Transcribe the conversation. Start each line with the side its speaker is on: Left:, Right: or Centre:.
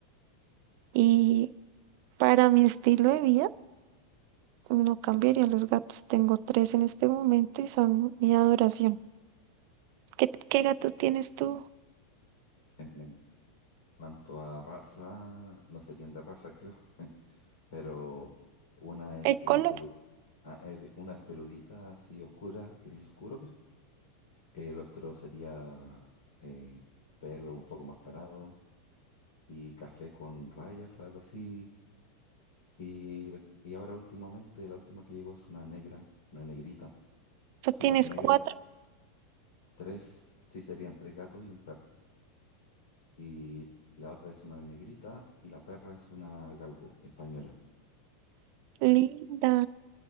Right: y para mi estilo de vida no cambiaría los gatos. Tengo tres en este momento y son mi adoración. ¿Qué, qué gato tienes tú?
Left: En cuanto a raza, no serían de raza, creo, <laughs> pero una es
Right: El
Left: bien
Right: color.
Left: pelu, ah, eh, una es peludita, así oscura, gris oscuro, El otro sería eh, pelo un poco más parado y café con rayas, algo así. Y, des- y ahora últimamente, la última que llegó es una negra, una negrita,
Right: O sea,
Left: súper
Right: tienes
Left: negra.
Right: cuatro.
Left: Tres, sí, serían tres gatos y un perro. Y la otra es una negrita y la perra es una galgo española.
Right: Linda.